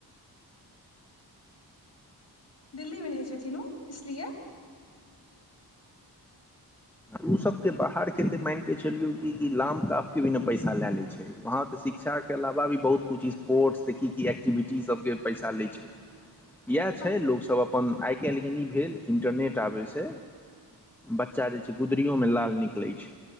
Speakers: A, on the left; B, in the centre.
A: दिल्लीमे रहै छथिन ओ इसलिए
B: ओ सबके बाहर खेते मानिक चलियौ लाम कापके बिना पैसा लए ले छै। वहाँ तऽ शिक्षाके अलावा भी बहुत किछ स्पोर्ट्स त की की एक्टिविटी सबके पैसा लै छै। इएह
A: हँ
B: छै। लोक सब अपन अपन आइ काल्हि लेकिन ई भेल कि इन्टरनेट आबैसँ बच्चा जे गुदरीयो में लाल निकलैत छै।